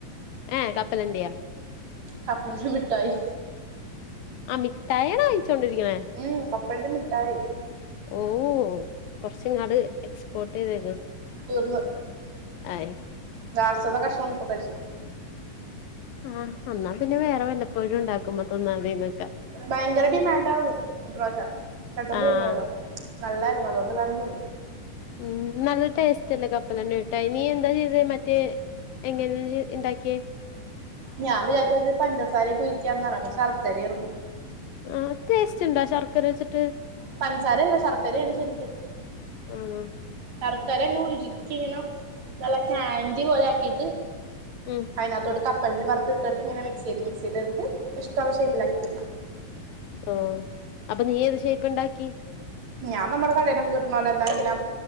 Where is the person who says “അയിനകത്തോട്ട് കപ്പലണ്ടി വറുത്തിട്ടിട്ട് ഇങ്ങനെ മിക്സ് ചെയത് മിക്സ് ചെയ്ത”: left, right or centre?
Right